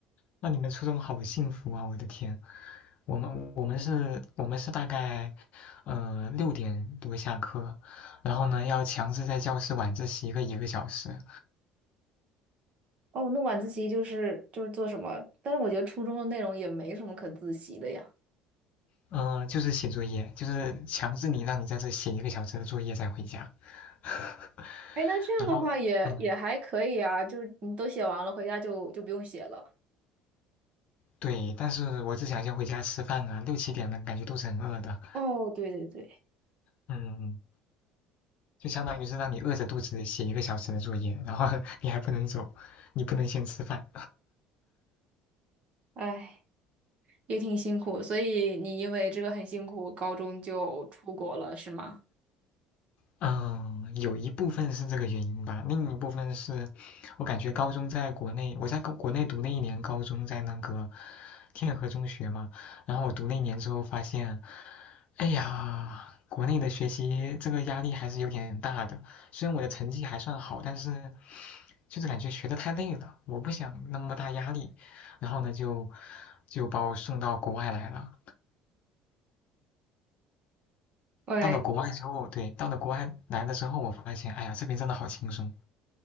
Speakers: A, on the left; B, on the right.
A: 那你们初中好幸福啊！我的天，我们我们是我们是大概，呃六点多下课，然后呢要强制在教室晚自习个一个小时，
B: 哦，那晚自习就是就是做什么？但是我觉得初中的内容也没什么可自习的呀。
A: 嗯、就是写作业，就是强制你让你在这写一个小时的作业再回家，<laughs>
B: 哎，那这样的话也也还可以啊，
A: 然后嗯
B: 就是你都写完了，回家就就不用写了。
A: 对，但是我只想先回家吃饭啊，六七点的感觉都是很饿的，
B: 哦，对对对，
A: 嗯。就相当于是让你饿着肚子写一个小时的作业，然后 <laughs> 你还不能走，你不能先吃饭。
B: 哎，也挺辛苦，所以你因为这个很辛苦，高中就出国了，是吗？
A: 嗯，有一部分是这个原因吧，另一部分是我感觉高中在国内，我在国国内读了一年高中，在那个天河中学嘛，然后我读了一年之后发现，哎呀，国内的学习这个压力还是有点大的，虽然我的成绩还算好，但是就是感觉学的太累了，我不想那么大压力，然后呢就就把我送到国外来了。
B: 喂，
A: 到了国外之后，对，到了国外来了之后，我发现，哎呀，这边真的好轻松。